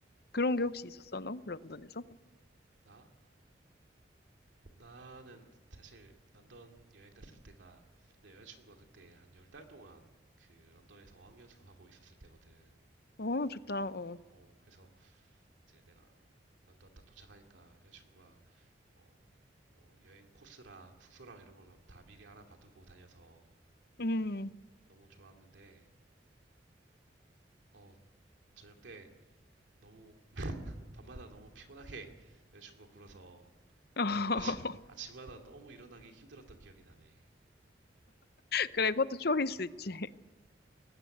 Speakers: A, on the left (about 55°); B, on the right (about 80°).
A: 그런 게 혹시 있었어, 너? 런던에서?
B: 나? 나는 사실 런던 여행 갔을 때가 내 여자친구가 그때 한 열 달 동안 그 런던에서 어학연수 하고 있었을 때거든.
A: 어, 좋다, 어.
B: 어, 그래서 이제 내가 런던 딱 도착하니까 여자친구가 어, 뭐 여행 코스랑 숙소랑 이런 걸 다 미리 알아봐두고 다녀서
A: 음.
B: 너무 좋았는데 어, 저녁 때 너무 밤마다 너무 피곤하게 여자친구가 굴어서
A: <laughs>
B: 아침, 아침마다 너무 일어나기 힘들었던 기억이 나네.
A: 그래, 그것도 추억일 수 있지.